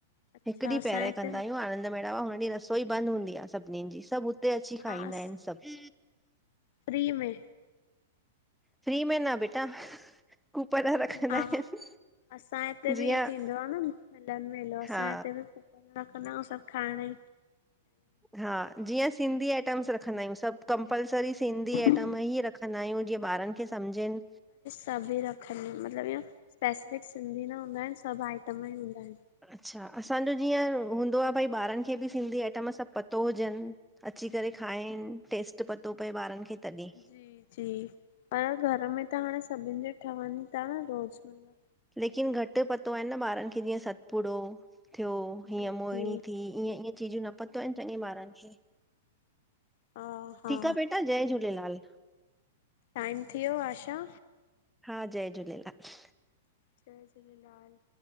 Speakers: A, on the left; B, in the centre.
A: अच्छा
B: हिकु ॾींहुं
A: असांजे
B: पहिरे कंदां
A: हिते
B: आयूं आनंद में हा हुन ॾींहुं रसोई बंदि हूंदी आ सभिनिन जी, सभु हुते अची
A: हा
B: खाईंदा आहिनि सभु
A: फ्री में
B: फ्री में ना बेटा कूपन रखंदा
A: आहो!
B: आहिनि
A: असां हिते
B: जीअं
A: बि इएं थींदो आ, न मिलन मेलो
B: हा
A: असांजे हिते बि खूब न कंदां आयूं सभु खाइणी।
B: हा, जीअं सिंधी आइटम्स रखंदा आहियूं सभु कंपलसरी सिंधी
A: जी
B: आइटम ईं रखंदा आहियूं, जीअं ॿारनि खे समझेनि।
A: तभी रखनि, मतिलबु इअं स्पेसिफिक सिंधी न हुंदा आहिनि, सभु आइटम ईं हुंदा आहिनि।
B: अच्छा, असांजो जीअं हुंदो आ, भई ॿारनि खे बि सिंधी आइटम सभु पतो हुजनि। अची करे खाइनि, टेस्ट पतो पए ॿारनि खे। तॾहिं
A: जी, जी, पर घरु में त हाणे सभिनि जे ठवनि ता न रोज़ु मतिलबु
B: लेकिन घटि पतो आहे न ॿारनि खे, जीअं सतपुड़ो थियो, हीअं
A: जी
B: मोहिणी
A: जी
B: थी, इएं इएं चीजूं न पतो आहिनि चङे ॿारनि खें,
A: हा हा
B: ठीकु आ बेटा जय झूलेलाल।
A: टाईम थी वियो आ शा?
B: हा जय झूलेलाल
A: जय झूलेलाल।